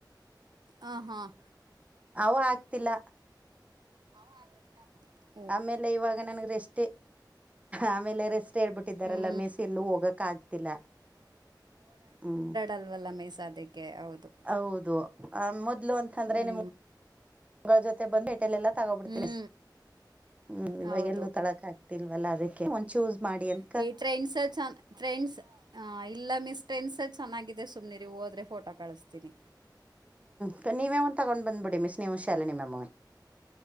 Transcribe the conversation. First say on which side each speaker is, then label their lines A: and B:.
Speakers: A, on the right (about 65°); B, on the right (about 15°).
A: ಹಾಂ ಹಾಂ
B: ಅವ ಆಗ್ತಿಲ್ಲ
A: ಅವ ಆಗ್ತಿಲ್ಲ
B: ಆಮೇಲೆ ಇವಾಗ ನನಗ ರೆಸ್ಟೇ ಆಮೇಲೆ ರೆಸ್ ಹೇಳ್ಬಿಟ್ಟಿದಾರಲ್ಲ
A: ಹ್ಞೂ
B: ಮಿಸ್ ಎಲ್ಲೂ ಹೋಗಕ್ ಆಗ್ತಿಲ್ಲ ಹ್ಮ್
A: ಅಲ್ವಲ್ಲ ಮಿಸ್ ಅದಕ್ಕೆ ಹೌದು
B: ಹೌದು ಆ ಮೊದ್ಲು ಅಂತಂದ್ರೆ
A: ಹ್ಞೂ
B: ನಿಮ್ಗಳ ಜೊತೆ ಬಂದು ಅಲ್ಲೆಲ್ಲಾ ತಗೋಬಿಡ್ತಿ
A: ಹ್ಞೂ
B: ಮಿಸ್ ಹ್ಮ್ ಇವಾಗ
A: ಹೌದು
B: ಎಲ್ಲೂ ತಕಳ್ ಆ ಇಲ್ವಲ್ಲ ಅದಕ್ಕೆ ಒಂದ ಚೂಸ್ ಮಾಡಿ ಅಂತ್
A: <unintelligible> ಏ ಟ್ರೈನ್ಸರ್ಚ್ ಆನ್ ಟ್ರೆಂಡ್ಸ್ ಇಲ್ಲ ಮಿಸ್ ಟ್ರೆಂಡ್ಸಲಿ ಚೆನ್ನಾಗಿದೆ ಸುಮ್ಮ್ನೆರಿ ಹೋದ್ರೆ ಫೋಟೋ ಕಳಿಸ್ತೀನಿ
B: ಹ್ಞೂ ನೀವೇ ಒಂದ್ ತಗೊಂಡ್ ಬಂದ್ಬಿಡಿ ಮಿಸ್ ನೀವು ಶ್ಯಾಲಣಿ ಮಾಮ್ ವೆ